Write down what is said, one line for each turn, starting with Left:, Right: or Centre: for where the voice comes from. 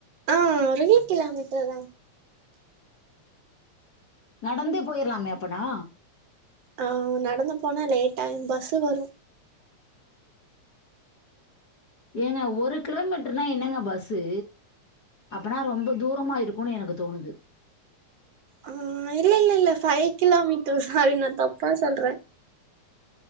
Right: ஆ ஒரை கிலோ மீட்டர்தா
Left: நடந்தே போயிரலாமே அப்பனா
Right: ஆ நடந்து போனா லேட் ஆயிரு பஸ் வரு
Left: ஏங்க ஒரு கிலோமீட்டருன்னா என்னங்க பஸ்ஸு அப்பனா ரொம்ப தூரமாக இருக்குன்னு எனக்கு தோணுது
Right: ஆ இல்ல இல்ல ஃபைவ் கிலோமீட்டர் சாரி நா தப்பா சொல்றே